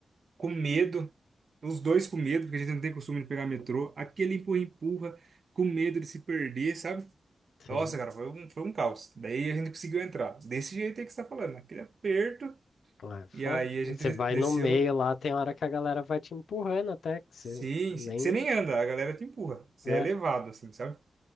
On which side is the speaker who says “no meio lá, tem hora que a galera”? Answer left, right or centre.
Left